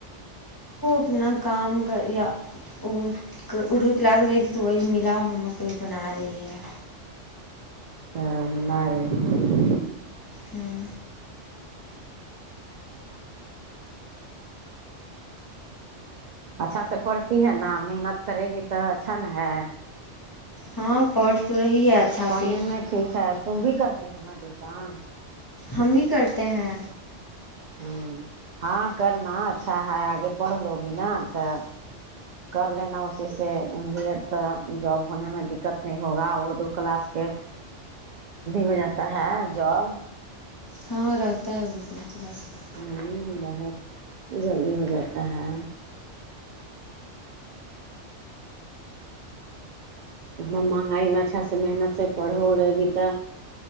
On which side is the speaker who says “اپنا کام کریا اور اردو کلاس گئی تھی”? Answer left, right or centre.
Left